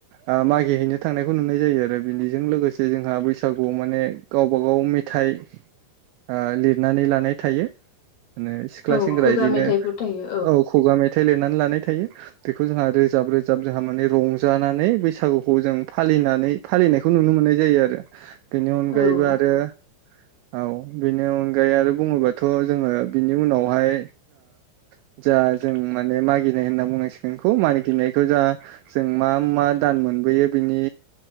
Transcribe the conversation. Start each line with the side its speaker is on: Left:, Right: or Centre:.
Right: आ मागि हैनो थांनायखौ नुनाय जायो आरो बिनिजों लोगोसे जोंहा बैसागुआव माने गावबा गाव मेथाइ ओ लिरनानै लानाय थायो माने सिख्ला
Left: औ
Right: सेंग्रा
Left: खुगा
Right: बिदिनो
Left: मेथाइफोर थायो
Right: औ खुगा मे थाइ लिरनानै लानाय थायो बेखौ जोंहा रोजाब-रोजाब जोंहा माने रंजानानै बैसागुखौ जों फालि‌ लिनानै फालिनायखौ नुनो मोननाय जायो आरो बेनि अनगायैबो
Left: औ
Right: आरो औ बेनि अनगायै आरो बुङोबाथ' जोङो बिनि उनावहाय जा जा जों माने मागिनाय होनना बुंनांसिगोनखौ मागिनायखौ जा जों मा मा दान मो बोयो बिनि